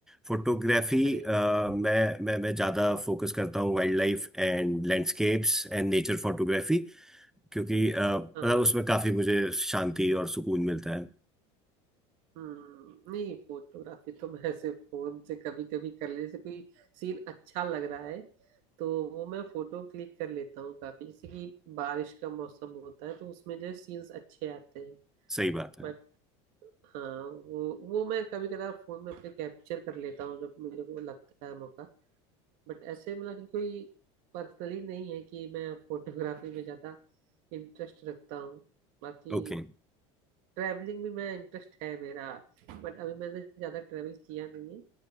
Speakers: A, in the centre; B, on the right (about 65°).
A: फोटोग्राफी
B: अरे
A: मैं
B: वाह
A: मैं मैं ज़्यादा फोकस करता हूँ wild life and landscapes and nature photography क्योंकि अ, मतलब
B: हाँ
A: उसमें काफ़ी मुझे शांति और सुकून मिलता है
B: हम्म नहीं फोटोग्राफी तो मैं ऐसे फोन से कभी कभी कर ले जैसे कोई सीन अच्छा लग रहा है तो वो मैं फोटो क्लिक कर लेता हूँ काफी जैसे कि बारिश का मौसम होता है तो उसमें जो सीन्स अच्छे आते हैं
A: सही बात है
B: बट हाँ वो वो मैं कभी कदार फोन में अपने कैप्चर कर लेता हूँ जब मेरे को लगता है मौका बट ऐसे मतलब कि कोई पर्सनली नहीं है कि मैं फोटोग्राफी में ज्यादा इंटरेस्ट रखता हूँ बाकी
A: ओके
B: ट्रैवलिंग भी मैं इंटरेस्ट है मेरा बट अभी मैंने ज्यादा ट्रैवल किया नहीं है